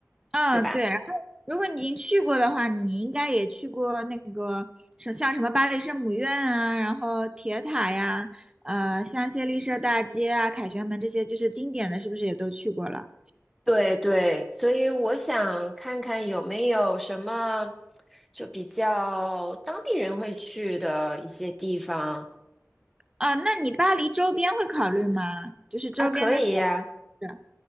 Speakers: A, on the right; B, in the centre.
A: 嗯，
B: 是吧？
A: 对。然后，如果你已经去过的话，你应该也去过那个什像什么巴黎圣母院啊，然后铁塔呀，呃，香榭丽舍大街啊，凯旋门这些就是经典的，是不是也都去过了？
B: 对对，所以我想看看有没有什么就比较当地人会去的一些地方
A: 啊，那你巴黎周边会考虑吗？就是周边的小
B: 啊，可以呀，
A: 镇。